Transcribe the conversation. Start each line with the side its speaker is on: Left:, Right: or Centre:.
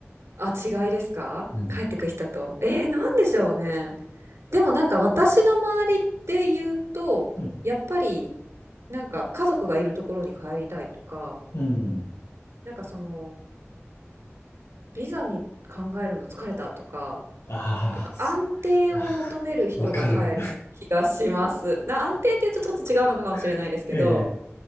Right: あ、違いですか帰ってくる人と。
Left: うん。
Right: えー、なんでしょうね。でもなんか私の周りで言うと、
Left: うん。
Right: やっぱりなんか家族がいるところに帰りたいとか、
Left: うん。
Right: なんかそのビザに考えるの疲れたとか、
Left: ああ、
Right: なんか安定を求める人が帰る気がします。
Left: そあーわかる。
Right: な、安定って言うとちょっと違うのかもしれないですけど、
Left: <laughs> ええええ